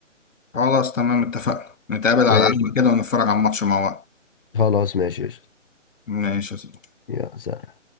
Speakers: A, on the left (about 80°); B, on the left (about 45°).
A: خلاص تمام اتفقنا نتقابل على
B: ماشي
A: القهوة كده ونتفرج على الماتش مع بعض
B: خلاص ماشي قشطة.
A: ماشي يا صديقي
B: يا سلام